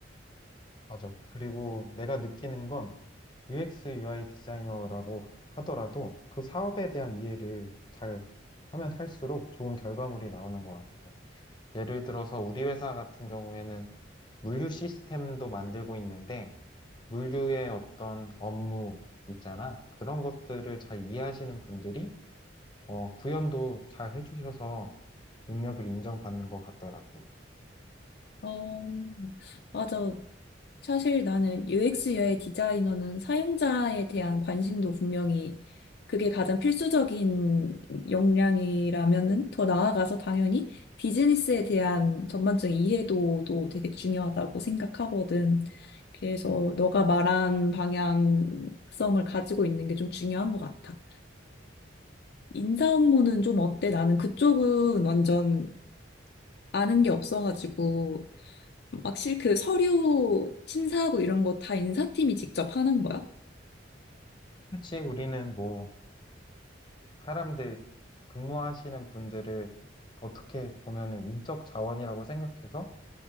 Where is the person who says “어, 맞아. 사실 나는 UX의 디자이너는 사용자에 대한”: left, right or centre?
Left